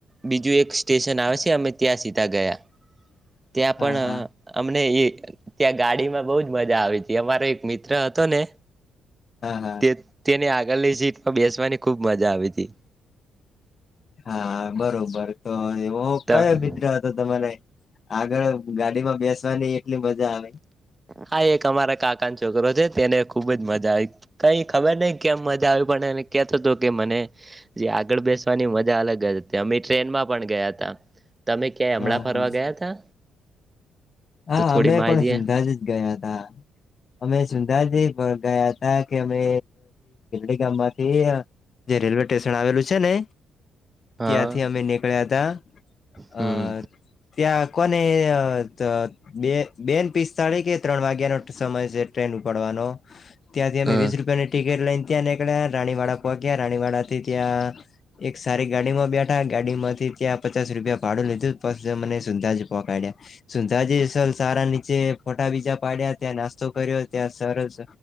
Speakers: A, on the right; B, on the left.
A: બીજું એક સ્ટેશન આવે છે અમે ત્યાં સીધા ગયા.
B: <inaudible>
A: ત્યાં પણ
B: હા હા
A: અમને એ ત્યાં ગાડીમાં બહુજ મજા આવી. તે મારો એક મિત્ર હતો ને
B: હા
A: તે તેને આગળની સીટમાં બેસવાની ખૂબ મજા આવી તી.
B: હા બરોબર તો એવો કયો
A: ત
B: મિત્ર હતો તમારે આગળ ગાડી માં બેસવાની એટલી મજા આવે.
A: હા એક અમારા કાકાનોછોકરો છે તેને ખુબ જ મજા આવી કઈ ખબર નઈ કેમ મજા આવી પણ અને કેતો હતો કે મને જે આગળ બેસવાની મજા અલગ જ હતી અમે ટ્રેનમાં પણ ગયા હતા તમે ક્યાંય હમણાં
B: હા
A: ફરવા
B: હા
A: ગયા તા
B: હા
A: તો થોડી
B: અમે
A: માહિતી
B: પણ સુંંધાજી જ ગયા હતાા અમે સુંંધાજી ગયા હતા કે અમે <unintelligible> ગામમાંથી જે રેલ્વે સ્ટેશન આવેલું છે ને
A: હા
B: ત્યાંથી અમે નીકળ્યા હતા
A: હમ
B: અ ત્યાં કોને અ ત બેન પિસ્તાળી કે ત્રણ વાગ્યાનો સમય છે ટ્રેન ઉપાડવાનો ત્યાંથી અમે
A: હા
B: વીસ રૂપિયાની ટિકિટ લઈને ત્યાં નીકળ્યા રાણીવાડા પહોંચ્યા રાણીવાડાથી ત્યાં એક સારી ગાડી માં બેઠા ગાડીમાંથી ત્યાં પચાસ રૂપિયા ભાડું લીધું પછી અમને સૂંઠજી પહંકાડી સૂંધાજી સારા નીચે ફોટા બીજા પાડ્યા ત્યાં નાસ્તો કર્યો ત્યાં સરસ